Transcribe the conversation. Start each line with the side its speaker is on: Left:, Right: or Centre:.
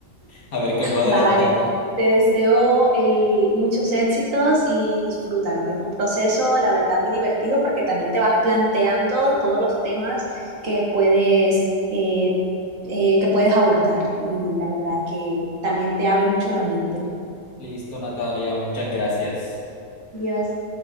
Left: a ver qué puedo adelantar.
Right: Vale, te deseo el- muchos éxitos y disfrútalo. Es un proceso, la verdad, muy divertido porque también te vas planteando todos los temas que puedes, eh, eh, que puedes abordar y la verdad que también te abre mucho la mente.
Left: Listo, Natalia, muchas gracias.
Right: Dios.